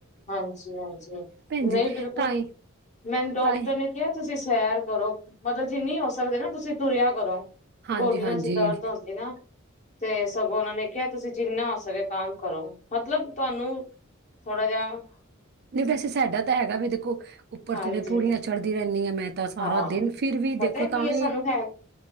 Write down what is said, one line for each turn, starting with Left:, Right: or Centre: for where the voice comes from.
Left: ਹਾਂਜੀ ਹਾਂਜੀ
Right: ਜੀ
Left: ਨਹੀਂ ਬਿਲਕੁਲ
Right: ਤਾਂ ਹੀ
Left: ਮੈਨੂੰ ਡਾਕਟਰ
Right: ਤਾਂ ਹੀ
Left: ਨੇ ਕਿਹਾ ਤੁਸੀਂ ਸੈਰ ਕਰੋ ਮਤਲਬ ਜੇ ਨਹੀਂ ਹੋ ਸਕਦੇ ਨਾ ਤੁਸੀਂ ਤੁਰਿਆ ਕਰੋ
Right: ਹਾਂਜੀ
Left: ਗੋਡਿਆਂ
Right: ਹਾਂਜੀ
Left: ਚ ਦਰਦ ਹੁੰਦੀ ਨਾ ਤੇ ਸਗੋਂ ਉਹਨਾਂ ਨੇ ਕਿਹਾ ਤੁਸੀਂ ਜਿੰਨਾ ਆ ਸਕੇ ਕੰਮ ਕਰੋ ਮਤਲਬ ਤੁਹਾਨੂੰ ਥੋੜਾ ਜਿਹਾ <inaudible>
Right: ਨਹੀਂ ਵੈਸੇ ਸਾਡਾ ਤਾਂ ਹੈਗਾ ਵੀ ਦੇਖੋ ਉੱਪਰ
Left: ਹਾਂਜੀ
Right: ਥੜੇ ਪੂੜੀਆਂ ਚੜ੍ਹਦੀ ਰਹਿੰਦੀ ਹੈ ਮੈਂ ਤਾਂ ਸਾਰਾ
Left: ਹਾਂ
Right: ਦਿਨ ਫਿਰ ਵੀ
Left: ਪਤਾ
Right: ਦੇਖੋ
Left: ਕੀ
Right: ਤਾਂ ਵੀ
Left: ਹੈ ਸਾਨੂੰ ਹੈ